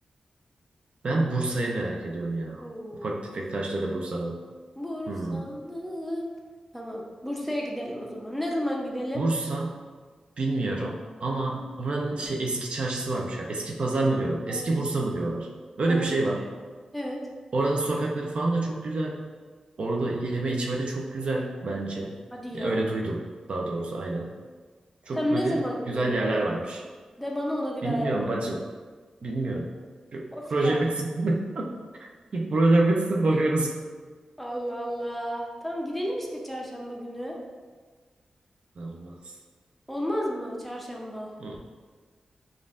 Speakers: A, on the right; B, in the centre.
A: Ben Bursa'yı merak ediyorum ya.
B: Oo,
A: Ufak tefek
B: Bursa
A: taşları
B: mı?
A: Bursa'nın.
B: Bursa'nın.
A: Hmm.
B: Tamam. Bursa'ya gidelim o zaman. Ne zaman gidelim?
A: Bursa bilmiyorum ama oranın şey eski çarşısı varmış ya. Eski pazar mı diyorlar? Eski
B: Ee,
A: Bursa mı diyorlar? Öyle
B: olabilir.
A: bir şey var.
B: Evet.
A: Oranın sokakları falan da çok güzel. Orada yeme içme de çok güzel bence.
B: Hadi
A: Ya
B: ya.
A: Öyle duydum daha doğrusu aynen. Çok
B: Tam
A: böyle
B: ne zaman gidelim?
A: güzel yerler varmış.
B: De bana ona göre
A: Bilmiyorum
B: ayar.
A: bacım. Bilmiyorum. Şu
B: Of
A: proje
B: ya.
A: bitsin. <laughs> Şu proje bitsin bakarız.
B: Allah Allah. Tamam gidelim işte çarşamba günü.
A: Olmaz.
B: Olmaz mı çarşamba?
A: Hı.